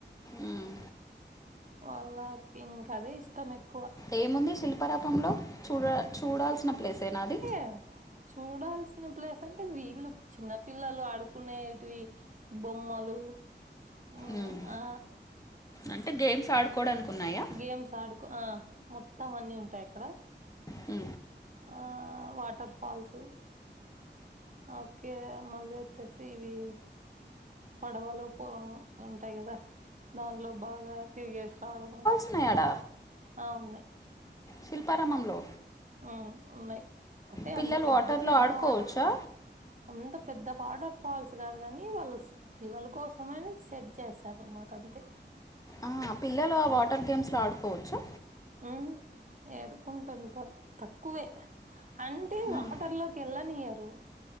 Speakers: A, on the left; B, on the right.
A: మ్మ్.
B: వాళ్ళకి ఇంకా అదే ఇష్టం ఎక్
A: ఏముంది శిల్పారాపంలో చూడ చూడాల్సిన ప్లేసేనా అది
B: అ చూడాల్సిన ప్లేస్ అంటే వీళ్ళు చిన్న పిల్లలు ఆడుకునేటివి బొమ్మలు ఊ
A: మ్మ్.
B: ఆ
A: అంటే గేమ్స్ ఆడుకోవడానికికున్నాయా
B: గేమ్స ఆడుకో ఆ మొత్తం అన్ని ఉంటాయక్కడ
A: ఉ
B: ఆ వాటర్ ఫాల్సు ఓకే మళ్ళీ వచ్చేసి ఇవి పడవలో పో ఉంటాయి కదా దాంట్లో బాగా తిరిగేసి రావడము
A: ఉన్నయడ
B: ఆ ఉన్నయ్
A: శిల్పారామంలో
B: ఉ ఉన్నాయి అంటే
A: పిల్లలు
B: అంత పెద్ద
A: వాటర్లో
B: పెద్ద
A: ఆడుకోవచ్చా
B: వాటర్ ఫాల్ అంత పెద్ద వాటర్ ఫాల్స్ కాదు కాని వాళ్ళ పిల్లల కోసమని సెట్ చేస్తారనమాట అంతే
A: ఆ పిల్లలు ఆ వాటర్ గేమ్స్ లో ఆడుకోవచ్చు
B: హ్మ్ యడుకుంటుంటారు తక్కువే అంటే
A: మ్మ్.
B: వాటర్ లో వెళ్ళానియరు